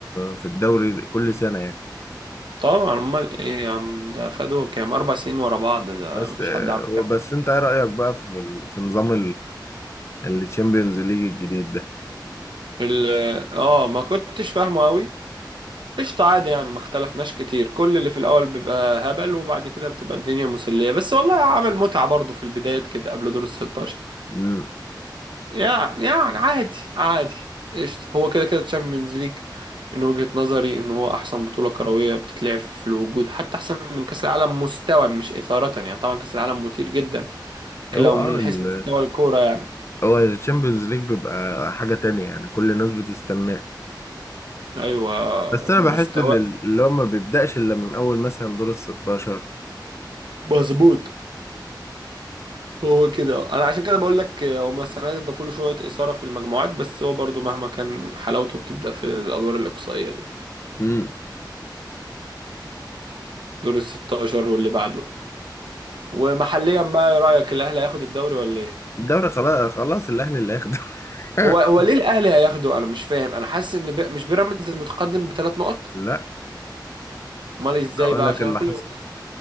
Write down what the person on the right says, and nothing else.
طبعا امال ايه يا عم ده خدوا كام اربع سنين ورا بعض ده
مفيش حد عمل
كده
ال- اه ما كنتش فاهمه قوي قشطة عادي يعني ما اختلفناش كتير كل اللي في الاول بيبقى هبل وبعد كده بتبقى الدنيا مسلية بس والله عمل متعة برضه في البداية كده قبل دور ال 16
يعني يعني عادي عادي قشطة هو كده كده تشامبيونز ليج من وجهة نظري ان هو احسن بطولة كروية بتتلعب في الوجود حتى احسن من كأس العالم مستوى مش إثارة يعني طبعا كأس العالم مثير جدا لكن
لو
من حيث مستوى الكورة يعني
ايوه
مستوى
مظبوط هو كده انا عشان كده بقول لك هما السنة دي ضافوا له شوية إثارة في المجموعات بس هو برضو مهما كان حلاوته بتبدأ في الأدوار الإقصائية دي
دور ال 16 واللي بعده ومحليا بقى ايه رأيك الاهلي هياخد الدوري ولا ايه
هو
هو ليه الاهلي هياخده انا مش فاهم انا حاسس ان ب... مش بيراميدز المتقدم بثلاث نقط
امال ازاي
بقى
عشان
أنا كل
يوم ببص.